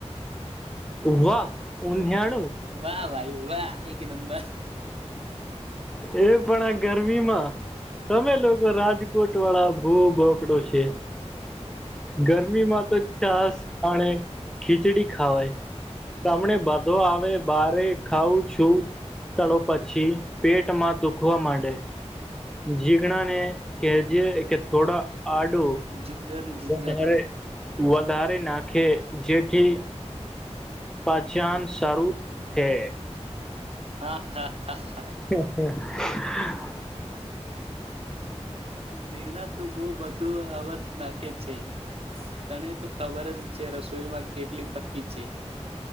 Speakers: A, in the centre; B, on the right.
A: વાહ ઊંધીયાણ
B: વાહ ભાઈ. વાહ એક નંબર
A: એ પણ ગરમીમાં તમે લોકો રાજકોટવાળા ભૂ બોકડો છ કે ગરમીમાં તો છાશ અને ખીચડી ખાવાય તમને બધો આવે બારે ખાવું છું તળો પછી પેટમાં દુખવા માંડે. જીઘણાને કેજે કે થોડા આડુ
B: જિંજર જિંજર
A: બને રે વધારે નાખે જેથી પાચન સારું છે.
B: હા હા.
A: <unintelligible>
B: હા હા જીગના તું બહુ બધ ધું અવર નાખે છે. તને તો ખબર જ છે રસોઈમાં કેટલી પકી છે.